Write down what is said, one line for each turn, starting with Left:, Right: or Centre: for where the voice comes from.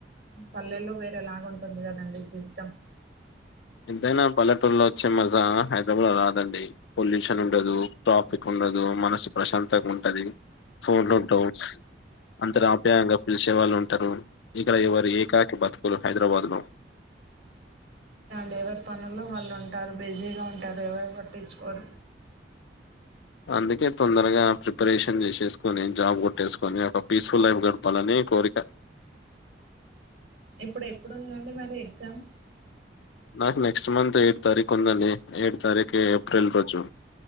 Right: పల్లెల్లో వేరేలాగుంటుంది కదండి జీవితం
Left: ఎంతైనా పల్లెటూరులో వచ్చే మజా హైదరాబాద్ లో రాదండి పొల్యూషన్ ఉండదు టాపిక్ ఉండదు మనసు ప్రశాంతంగుంటది ఫోన్లు ఉంటవు అంతరు ఆప్యాయంగా పిలిసే వాళ్ళు తరూ ఇక్కడ ఎవరి ఏకాకీ బతుకులు హైదరాబాద్ లో
Right: లేవర్ పనుల్లో వాళ్ళు ఉ టారు బిజీగా ఉంటారు ఎవరు పట్టించుకోరు
Left: అందుకే తొందరగా ప్రిపరేషన్ చేసేసుకోని జాబ్ కొట్టేసుకొని ఒక పీస్ఫుల్ లైఫ్ గడపాలని కోరిక
Right: ఇప్పుడు ఎప్పుడుందండి మరి ఎగ్జామ్
Left: నాకు నెక్స్ట్ మంత్ ఏడ్ తారీఖు ఉందండి ఎయిట్ తారీఖు ఏప్రిల్ రోజు